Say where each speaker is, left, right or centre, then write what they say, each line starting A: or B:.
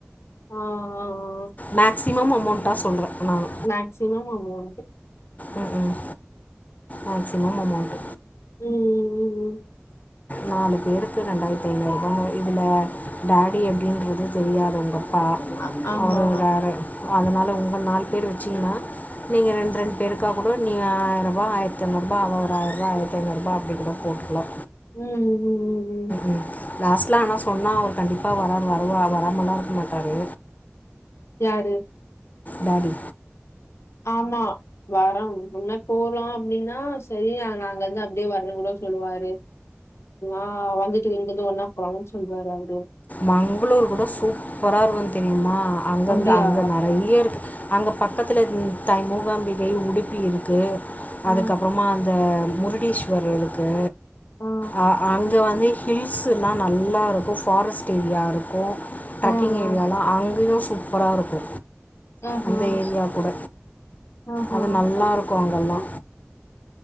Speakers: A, on the left; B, on the left.
A: அ அ அ
B: மேக்ஸிமம் அமௌண்டா சொல்றே நானு
A: மேக்சிமம் அமௌண்டு
B: ம் ம் மேக்ஸிமம் அமௌண்ட்
A: ம் ம், ம்.
B: நாலு பேருக்கு ரெண்டாயிரத்து ஐநூறு ரூபா இதுல டாடி எப்டின்றது தெரியாதவங்க அப்பா
A: அ ஆமா.
B: அவரு வேற அதனால உங்க நாலு பேர் வச்சீங்கனா நீங்க ரெண் ரெண்டு பேருக்காக கூட நீ ஆயிர ரூபா ஆயிரத்திஐநூறு ரூபா அவ ஒரு ஆயிரோ ஆயிரத்திஐநூறு ரூபா அப்டி கூட போட்டுக்கலா
A: ம் ம் ம் ம்
B: ம் லாஸ்ட்ல ஆனா சொன்னா அவர் கண்டிப்பா வராரு வரு வராமலா இருக்க மாட்டாரு
A: யாரு
B: டாடி
A: ஆமா வரோம் முன்ன போறா அப்டினா செரி நாங்க வந்து அப்டியே வரணு கூட சொல்லுவாரு ஆ வந்துட்டு இங்கிருந்து ஒன்னா போறாங்கன்னு சொல்லுவாரு அவரு
B: மங்களூர் கூட சூப்பரா இருக்கு தெரியுமா அங்கங்க
A: அப்டியா
B: அங்க நெறையா இருக்கு அங்கே பக்கத்துல த மூகாம்பிகை உடுப்பி இருக்கு
A: ஆ
B: அதுக்கப்பறமா இந்த முருடீஸ்வர் இருக்கு
A: ஆ
B: அ அங்க வந்து ஹில்ஸ்ஸுலா நல்லாருக்கு ஃபாரஸ்ட் ஏரியா இருக்கு ட்ரக்கிங்
A: ஆ ஆ
B: ஏரியாலா அங்கயு சூப்பரா இருக்கு
A: ஆஹா
B: அந்த ஏரியா கூட
A: ஆஹா
B: அது நல்லா இருக்கு அங்கல்லா